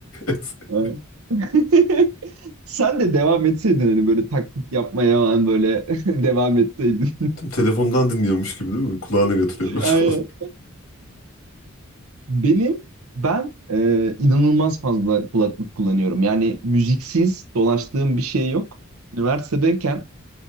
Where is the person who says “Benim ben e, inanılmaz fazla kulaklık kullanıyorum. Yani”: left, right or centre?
Right